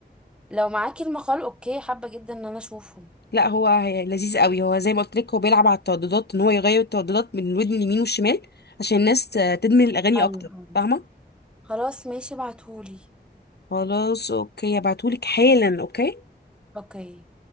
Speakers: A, in the centre; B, on the left.
A: لو معاكي المقال اوكي حابه جدا ان انا اشوفه
B: لا هو هي- لذيذ قوي هو زي ما قلت لك هو بيلعب على الترددات ان هو يغير الترددات من الودن اليمين والشمال عشان الناس آه، تدمن الاغاني
A: ايوه
B: اكتر
A: ايوه
B: فاهمه
A: خلاص ماشي ابعتهولي
B: خلاص اوكي ابعتهولك حالا اوكي
A: اوكي